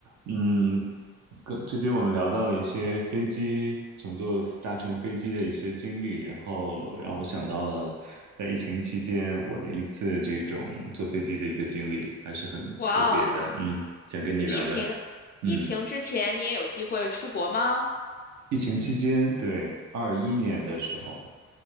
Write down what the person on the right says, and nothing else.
嗯，跟最近我们聊到了一些飞机乘坐搭乘飞机的一些经历，然后让我想到了在疫情期间我的一次这种坐飞机的一个经历，还是很特别的。
嗯，想跟你聊聊。
嗯，疫情期间，对，二一年的时候，